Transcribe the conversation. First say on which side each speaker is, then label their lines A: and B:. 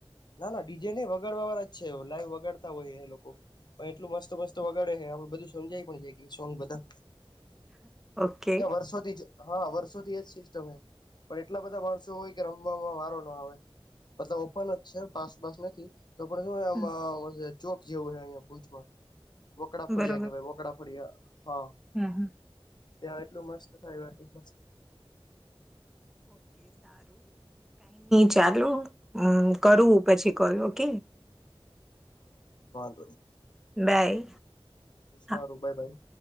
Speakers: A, on the left; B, in the centre.
A: ના ના ડીજે નહી વગાડવાગળ જ છે લાઈવ વગાડતા હોય લોકો પણ એટલું મસ્તો મસ્તો વગાડે હ આપડું બધું સમજાય પણ જાય ગ સોંગ બધા
B: ઓકે
A: વર્ષોથી જ હા વર્ષોથી એજ સિસ્ટમ છે પણ એટલા બધા માણસો હોય કે રમવામાં વારો ના આવે બધા ઓપન જ છે પાસ પાસ નથી તો આપડે
B: હમ.
A: શું ચોક જેવું છે અહિયાયા ભુજમાં વોકડા ફડ્યા
B: બરોબર
A: કે ભાઈ વોકડા ફડ્યા હા
B: હમ, હમ.
A: ત્યાં એટલું મસ્ત થાયટ મસ્ત
B: ચાલુમ કરું પછી કોલ ઓકે
A: હ એ
B: બાય
A: પ
B: હા.
A: ર બાઈ ભાઈ